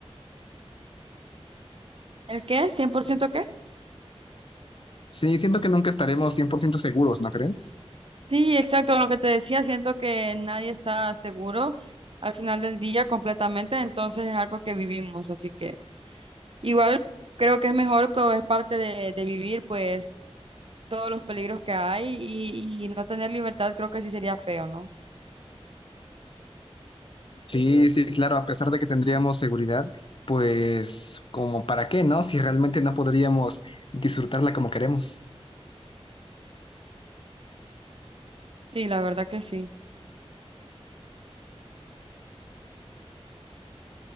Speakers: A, on the right (about 55°); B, on the left (about 50°).
A: ¿El qué? ¿100% qué?
B: Sí, siento que nunca estaremos 100% seguros, ¿no crees?
A: Sí, exacto, lo que te decía, siento que nadie está seguro al final del día completamente, entonces es algo que vivimos, así que Igual creo que es mejor que es parte de, de vivir pues todos los peligros que hay y, y no tener libertad creo que sí sería feo, ¿no?
B: Sí, sí, claro, a pesar de que tendríamos seguridad, pues como para qué, ¿no? Si realmente no podríamos disfrutarla como queremos.
A: Sí, la verdad que sí.